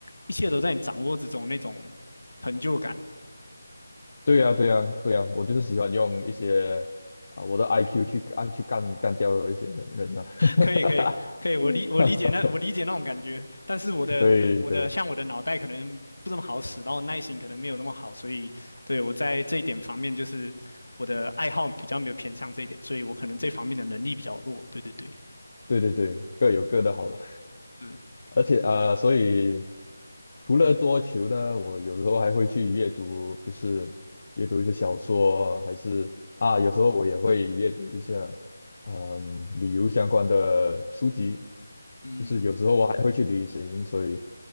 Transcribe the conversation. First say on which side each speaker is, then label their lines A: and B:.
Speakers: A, on the left (about 65°); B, on the left (about 40°).
A: 一切都在你掌握之中那种成就感。
B: 对呀、
A: 对，
B: 对呀、对呀、我就是喜欢用一些啊、我的 IQ 去啊去干干掉有一些人人啊。<laughs>
A: 可以，可以，可以，我理我理解那我理解那种感觉，但是我的我的像我的脑袋可能不怎么好使，
B: 对对
A: 然后耐心可能没有那么好，所以对我在这一点方面就是我的爱好比较没有偏向这一点，所以我可能这方面的能力比较弱。对对对，
B: 对对对对，各有各的好了。
A: 嗯
B: 而且呃，所以除了桌球呢，我有时候还会去阅读，就是阅读一些小说，还是啊，有时候我也会阅读一下，嗯，旅游相关的书籍。
A: 嗯，
B: 就是有时候我还会去旅行，所以